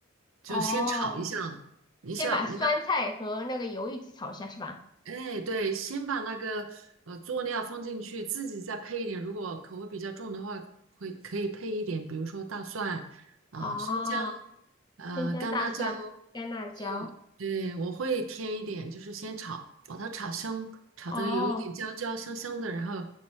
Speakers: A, on the right; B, on the left.
A: 就先炒一下。
B: 哦，
A: 你想，
B: 先把酸菜和那个油一起炒一下是吧？
A: 你看，哎，对，先把那个呃佐料放进去，自己再配一点。如果口味比较重的话，会可以配一点，比如说大蒜啊、
B: 哦，
A: 生姜、呃干辣椒。
B: 生姜、大蒜、干辣椒。
A: 嗯，对，我会添一点，就是先炒，把它炒香，炒得有一点焦焦香香的，
B: 哦
A: 然后